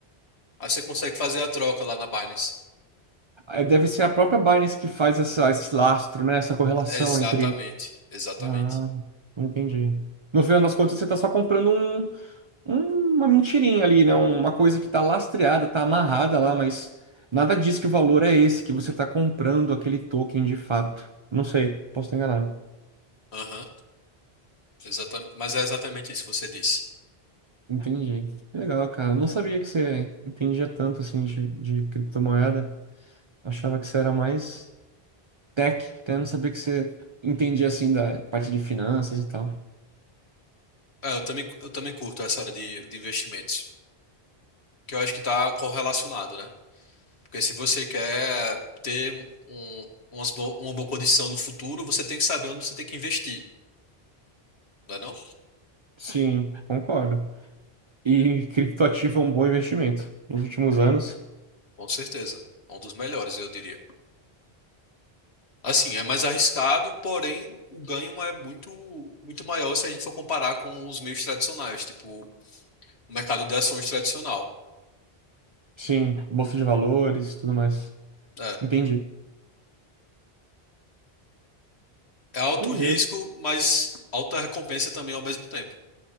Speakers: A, on the left (about 85°); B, on the right (about 35°).
A: Aí você consegue fazer a troca lá na Binance.
B: É, Deve ser a própria Binance que faz essa, esse lastro, né? Essa correlação
A: Exatamente,
B: entre.
A: exatamente.
B: Ah, entendi. No final das contas, você está só comprando um- um- uma mentirinha ali, né? Uma coisa que está lastreada, está amarrada lá, mas nada diz que o valor é esse, que você está comprando aquele token de fato. Não sei, posso estar enganado.
A: Aham, exatamente. Mas é exatamente isso que você disse.
B: Entendi. Legal, cara. Não sabia que você entendia tanto assim de, de criptomoeda. Achava que você era mais tech, até não sabia que você entendia assim da parte de finanças e tal.
A: É, eu também, eu também curto essa área de, de investimentos, que eu acho que está correlacionado, né? Porque se você quer ter um, um, umas bo- uma boa condição no futuro, você tem que saber onde você tem que investir, não é não?
B: Sim, concordo. E criptoativo é um bom investimento. Nos últimos anos,
A: Com certeza. É um dos melhores, eu diria. Assim, é mais arriscado, porém o ganho é muito, muito maior se a gente for comparar com os meios tradicionais, tipo o mercado de ações tradicional.
B: sim, bolsa de valores e tudo mais.
A: É,
B: Entendi.
A: é alto
B: Beleza.
A: risco, mas alta recompensa também ao mesmo tempo.